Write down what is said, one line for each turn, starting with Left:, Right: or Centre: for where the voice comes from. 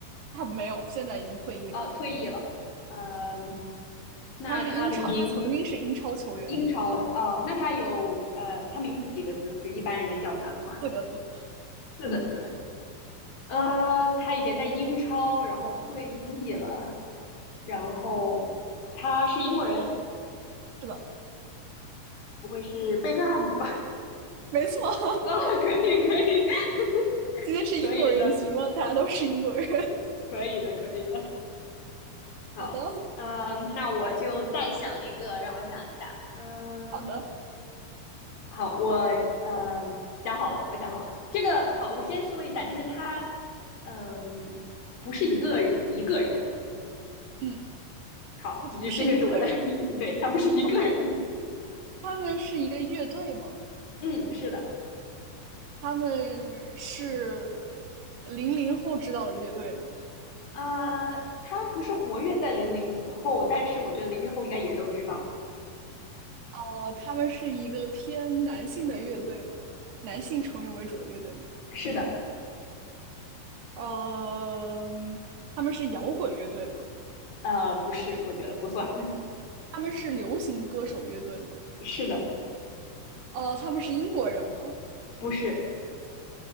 Right: 他没有，现在已经退役了。
Left: 呃，退役了。嗯、那他的名
Right: 他是英超，他曾经是英超球员，
Left: 英超的哦，那他有呃，他名字几个字？就一般人家叫他的话，
Right: 四个字。
Left: 四个字。呃，他以前在英超，然后退役了，然后他是英国人，
Right: 是的，
Left: 不会是贝克汉姆吧？
Right: 没错，<laughs>
Left: <laughs> 啊、可以，可以，<laughs>
Right: 今天是英国人局吗？
Left: 可以的，
Right: 大家都是英国人。
Left: 可以的，可以的。好，
Right: <laughs> 好的，
Left: 呃，那我就再想一个，让我想一下。嗯、
Right: 好的，
Left: 好，我呃想好了，我想好了。这个好，我先说一下，就是他，嗯，不是一个一个人。
Right: 嗯，
Left: 好，
Right: 他不是一个人。
Left: 这这这就是我的 <laughs> 对，他不是一个人。
Right: OK，他们是一个乐队吗？
Left: 嗯，是的，
Right: 他们是零零后知道的乐队吗？
Left: 啊、他们不是活跃在零零后，但是我觉得零零后应该也都知道。
Right: 哦，他们是一个偏男性的乐队吗？男性成员为主的乐队吗？
Left: 是的，
Right: 嗯，他们是摇滚乐队吗？
Left: 呃，不是，我觉得不算。
Right: 他们是流行歌手乐队吗？
Left: <laughs> 是的，
Right: 哦，他们是英国人吗？
Left: 不是。